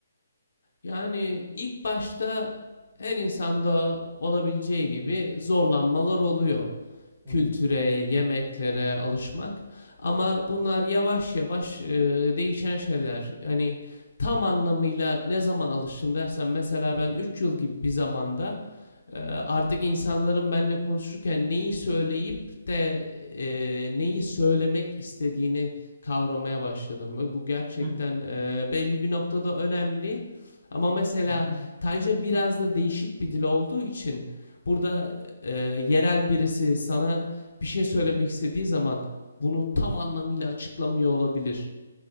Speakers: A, on the left; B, in the centre.
A: Yani ilk başta her insanda olabileceği gibi zorlanmalar oluyor.
B: Hmm.
A: Kültüre, yemeklere alışmak. Ama bunlar yavaş yavaş e, değişen şeyler. Hani tam anlamıyla ne zaman alıştım dersen mesela ben 3 yıl gibi bir zamanda e, artık insanların benimle konuşurken neyi söyleyip de e, neyi söylemek istediğini kavramaya başladım. Bu gerçekten
B: Hı,
A: e, belli bir noktada önemli. Ama mesela
B: hı, hı,
A: Tayca biraz da değişik bir dil olduğu için burada e, yerel birisi sana bir şey söylemek istediği zaman bunu tam anlamıyla açıklamıyor olabilir.